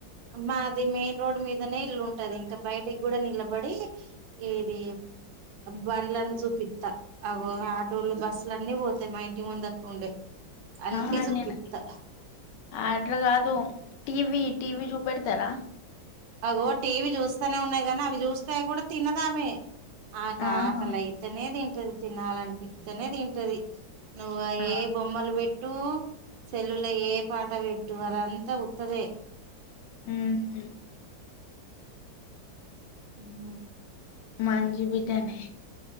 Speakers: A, on the right (about 75°); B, on the left (about 75°).
A: మాది మెయిన్ రోడ్ మీదనే ఇల్లు ఉంటది ఇంకా బయటికి కూడా నిలబడి ఇది బండ్లను చూపిస్త్త ఆటోలు బస్సులు అన్ని పోతాయి మా ఇంటి ముందుటీనుండే అన్నిజూపిత్త
B: ఆహా నేను అట్లా కాదు టీవీ టీవీ చూపెడతారా
A: అగో టీవీ చూస్తేనే ఉన్నాయ్ కానీ అవి చూస్తే కూడా తినది ఆమె ఆట
B: ఆహా
A: అకలైతనే నెన్ దానికి తినాలి అనిపిత్తేనే తింటది నువ్వు
B: ఆ
A: ఏ బొమ్మలు పెట్టు సెల్లులుయి ఏ పాటవేటువర్ అంత ఉత్తదే
B: హ్మ్
A: హ్మ్
B: మంచి బిడ్డనే